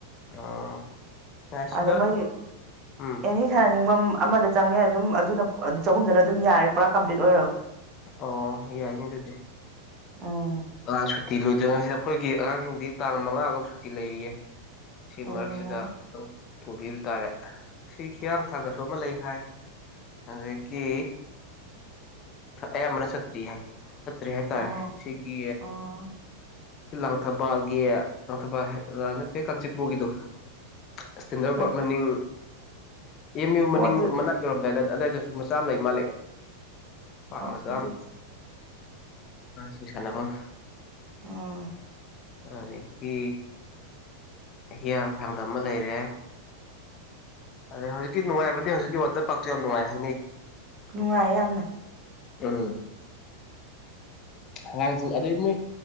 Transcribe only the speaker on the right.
ꯑꯗ ꯃꯣꯏꯁꯤ
ꯑꯦꯅꯤ ꯁꯥꯟꯅꯅꯤꯡꯕ ꯑꯃꯗ ꯆꯪꯉꯦ ꯑꯗꯨꯝ ꯑꯗꯨꯅ ꯆꯍꯨꯝꯗꯅ ꯑꯗꯨꯝ ꯌꯥꯔꯦ ꯄꯨꯔꯥ ꯀꯝꯄ꯭ꯂꯤꯠ ꯑꯣꯏꯔꯕ
ꯎꯝ
ꯑꯣ
ꯑꯣ
ꯑꯣ
ꯐꯔꯦ
ꯑꯣ
ꯑꯗꯨ
ꯑꯣ
ꯑꯗꯨ
ꯑꯥ
ꯅꯨꯡꯉꯥꯏ ꯌꯥꯝꯅ